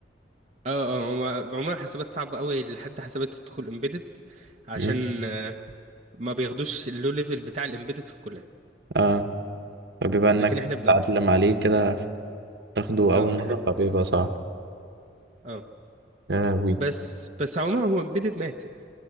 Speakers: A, on the right (about 35°); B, on the right (about 55°).
A: اه اه هو عموما حسابات صعبة قوي لحد حسابات تدخل امبيدد عشان
B: مم.
A: آه، ما بياخدوش اللو ليفل بتاع الامبيدد في الكلية
B: آه فبيبقى إنك
A: لكن احنا بناخده
B: تتعلم عليه كده تاخده
A: اه
B: أول مرة
A: احنا بناخده.
B: فبيبقى صعب
A: اه
B: يا لهوي
A: بس بس عموما هو امبيدد مات يعني